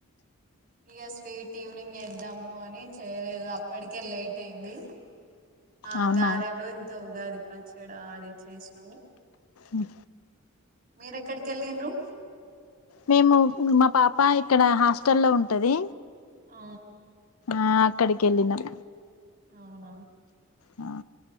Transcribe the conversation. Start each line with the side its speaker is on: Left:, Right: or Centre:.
Right: ఇగ స్వీట్ ఈవినింగే ఇద్దాము అని చేయలేదు అప్పటికే లేట్ అయింది. ఆ
Left: అవునా
Right: గారెలు ఇంకా ఉగాది పచ్చడా అది చేసినవు.
Left: మీ
Right: మీరెక్కడికెళ్ళిన్రూ
Left: మేము మా పాప ఇక్కడ హాస్టల్లో ఉంటది.
Right: ఆ
Left: ఆ అక్కడికెళ్ళినం.
Right: అవునా
Left: ఆ